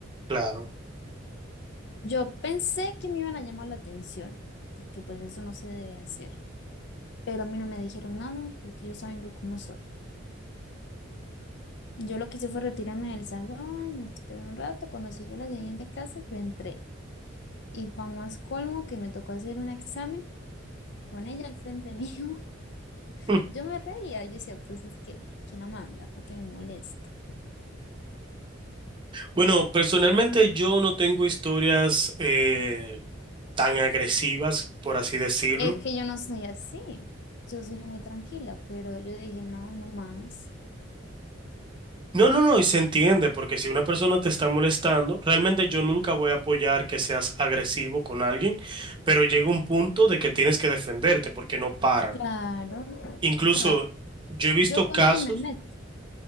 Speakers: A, on the right; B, on the left.
A: claro.
B: Yo pensé que me iban a llamar la atención, porque pues eso no se debe hacer. Pero a mí no me dijeron nada, porque ellos saben yo cómo soy. Yo lo que hice fue retirarme del salón, esperé un rato, cuando siguió la siguiente clase, yo entré. Y para más colmo que me tocó hacer un examen con ella al frente mío. <laughs>
A: Mm.
B: Yo me reía, yo decía, pues es que, ¿quién la manda? ¿Para qué me molesta?
A: Bueno, personalmente yo no tengo historias eh, tan agresivas, por así decirlo.
B: Es que yo no soy así, yo soy muy tranquila, pero yo dije, no, no más.
A: No, no, no, y se entiende, porque si una persona te está molestando, realmente yo nunca voy a apoyar que seas agresivo con alguien, pero llega un punto de que tienes que defenderte porque no paran.
B: Claro,
A: Incluso
B: o sea,
A: yo he visto
B: yo con
A: casos.
B: nadie me meto.